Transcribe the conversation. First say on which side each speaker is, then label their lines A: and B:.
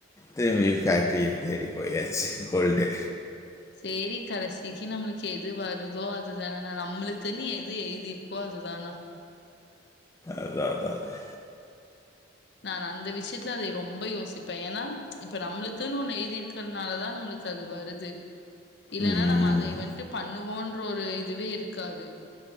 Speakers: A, on the left (about 15°); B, on the left (about 60°).
A: திரும்பி ஃபேக்ட்ரிய தேடி போயாச்சு ஓல்டு
B: சேரி கடைசிக்கி நம்மளுக்கு எது வருதோ அதுதானண்ணா நம்ளுக்குன்னு எது எழுதிருக்கோ அதுதாண்ணா
A: அதா அதா அதா
B: நானு அந்த விஷயத்துல அது ரொம்ப யோசி ப்பே ஏன்னா இப்ப நம்மளுக்குன்னு ஒண்ணு எழுதிருக்கிறனாலதா நம்மளுக்கு அது வருது இல்லன்னா
A: ம், ம்.
B: நம்ம அதய வன்ட்டு பண்ணுவோன்ட் டு ஒரு இதுவே இருக்காது.